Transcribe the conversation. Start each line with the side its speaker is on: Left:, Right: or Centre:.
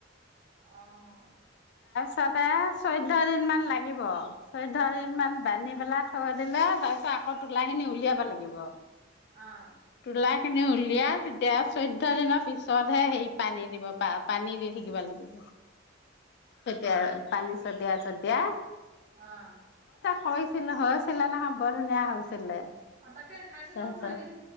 Right: অ'।
Left: পিছতে চৈধ্য দিন মান লাগ লাগিব, চৈধ্য দিন মান বান্ধি পেলাই থৈ দিলে তাৰ পিছত আকৌ তোলা খিনি উলিয়াব লাগিব।
Right: অ'।
Left: তোলা খিনি উলিয়াই তেতিয়া চৈধ্য দিনৰ পিছতহে সেই পানী দিব পা-পানী দি থাকিব লাগিব। তেতিয়া পানী ছতিয়াই ছতিয়াই
Right: অ'।
Left: কৰিছিলো হৈছিলে নহয়, বৰ ধুনীয়া হৈছিলে।
Right: অ', তাকে খাইছিলো
Left: তাৰপিছত
Right: নহয় এদিন